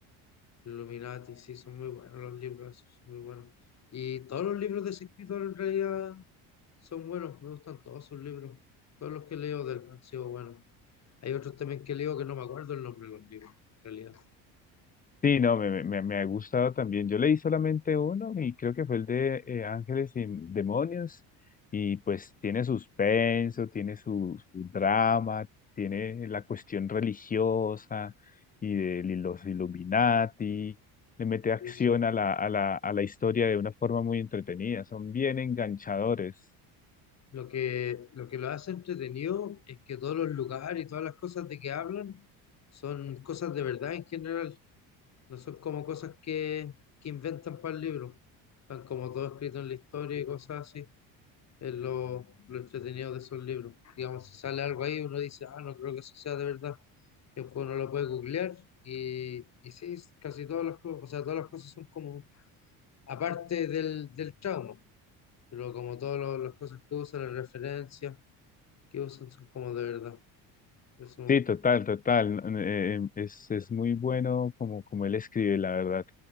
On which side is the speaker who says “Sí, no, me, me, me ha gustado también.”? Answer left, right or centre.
Left